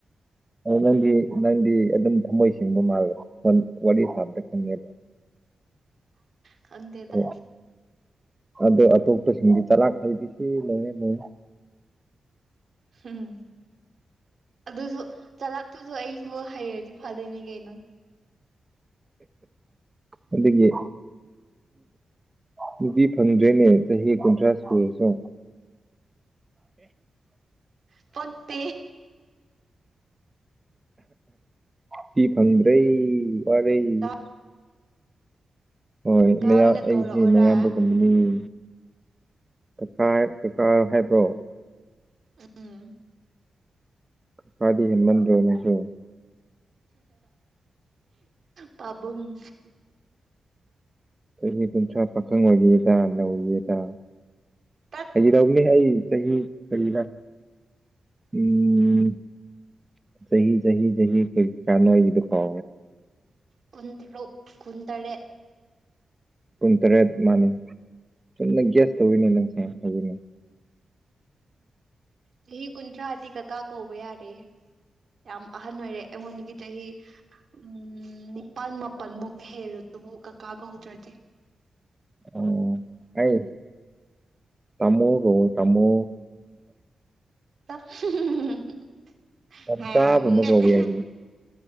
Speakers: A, on the right (about 20°); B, on the right (about 55°).
A: ꯑ ꯅꯪꯗꯤ ꯅꯪꯗꯤ ꯑꯗꯨꯝ ꯊꯝꯃꯣꯏ ꯁꯦꯡꯕ ꯃꯥꯜꯂ ꯋꯥꯔꯤ ꯁꯥꯕꯗ ꯈꯪꯉꯦꯕ
B: ꯈꯗꯦꯗ
A: ꯑꯗꯣ ꯑꯗꯣ ꯑꯇꯣꯞꯄꯁꯤꯡꯗꯤ ꯇꯔꯥꯈꯩꯗꯤ ꯁꯤ ꯂꯣꯏꯔꯦ ꯂꯣꯏꯔꯦ
B: ꯎꯝ ꯑꯗꯨꯁꯨ ꯆꯂꯥꯞꯇꯨꯁꯨ ꯑꯩꯁꯨ ꯍꯩꯔꯗꯤ ꯐꯗꯣꯏꯅꯦ ꯀꯩꯅꯣ
A: ꯑꯗꯨꯗꯒꯤ ꯑꯗꯨꯗꯤ ꯐꯪꯗ꯭ꯔꯦꯅꯦ ꯆꯍꯤ ꯀꯨꯟꯊ꯭ꯔꯥ ꯁꯨꯔꯁꯣ
B: ꯠꯇ <unintelligible>
A: ꯐꯤ ꯐꯪꯗ꯭ꯔꯦ ꯋꯥꯔꯩ
B: ꯀꯥ
A: ꯍꯣꯏ
B: ꯀꯥ ꯑꯣꯏꯅ
A: ꯑꯩꯁꯦ
B: ꯀꯧꯔꯛꯑꯣꯔꯥ
A: ꯑꯌꯥꯝꯕ ꯉꯝꯅꯤꯡꯉꯤ ꯀꯀꯥ ꯀꯀꯥ ꯍꯥꯏꯕ꯭ꯔꯣ
B: ꯎꯝ
A: ꯀꯥꯗꯤ ꯍꯦꯃꯟꯗ꯭ꯔꯅꯤꯁꯨ
B: ꯄꯥꯕꯨꯡ
A: ꯆꯍꯤ ꯀꯨꯟꯊ꯭ꯔꯥ ꯄꯥꯈꯪ ꯑꯣꯏꯒꯦꯗ ꯅꯧꯒꯦꯗ
B: ꯇꯠ
A: ꯆꯍꯤꯗꯃꯤ ꯍꯥꯏ ꯆꯍꯤ ꯀꯅ ꯎꯝ ꯆꯍꯤꯍꯤ ꯆꯍꯤꯍꯤ ꯆꯍꯤ ꯀ ꯆꯅꯅꯨꯡꯋꯥꯏꯒꯤꯗꯨꯀꯦ
B: ꯀꯨꯟꯊꯔꯨ ꯀꯨꯟꯗꯔꯦ
A: ꯀꯨꯟ ꯇꯔꯦꯠ ꯃꯥꯅꯤ ꯆꯨꯝꯅ ꯒ꯭ꯌꯥꯁ ꯇꯧꯅꯦ ꯅꯪꯁꯦ ꯍꯥꯏꯅꯦ
B: ꯆꯍꯤ ꯀꯨꯟꯊ꯭ꯔꯥꯗꯤ ꯀꯀꯥ ꯀꯧꯕ ꯌꯥꯔꯦ ꯌꯥꯝ ꯑꯍꯟ ꯑꯣꯏꯔꯦ ꯑꯩꯉꯣꯟꯗꯒꯤ ꯆꯍꯤ ꯎꯝ ꯅꯤꯄꯥꯜ ꯃꯥꯄꯜꯃꯨꯛ ꯍꯦꯜꯔ ꯑꯗꯨꯕꯨ ꯀꯀꯥ ꯀꯧꯍꯧꯗ꯭ꯔꯗꯤ
A: ꯑ ꯑꯩ ꯇꯃꯒ ꯊꯃꯣ
B: <inaudible>
A: ꯇꯝꯆꯥꯕꯨꯝ
B: ꯌꯥꯝꯕꯨꯡ
A: ꯑꯃ
B: ꯀꯥꯏꯅ
A: ꯀꯧꯕ ꯌꯥꯏꯗꯅ